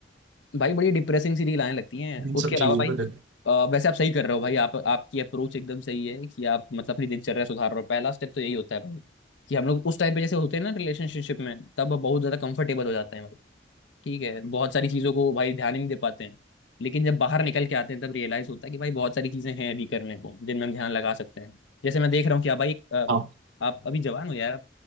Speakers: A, on the left; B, on the right.
A: भाई बड़ी डिप्रेसिंग सी रील आने लगती हैं
B: इन
A: उसके
B: सब
A: अलावा
B: चीजों
A: भाई
B: पर
A: अ, वैसे आप सही कर रहे हो भाई आप आपकी अप्रोच एकदम सही है कि आप मतलब अपनी दिनचर्या सुधार रहे हो पहला स्टेप तो यही होता है भाई कि हम लोग उस टाइम पे जैसे होते हैं ना रिलेशनशिप में तब बहुत ज्यादा कंफर्टेबल हो जाते हैं भाई ठीक है बहुत सारी चीजों को भाई ध्यान ही नहीं दे पाते हैं लेकिन जब बाहर निकल के आते हैं तब रियलाइज होता है कि भाई बहुत सारी चीजें हैं अभी करने को जिनमें हम ध्यान लगा सकते हैं जैसे मैं देख रहा हूँ कि आप भाई एक, अ,
B: हाँ
A: आप अभी जवान हो यार आप-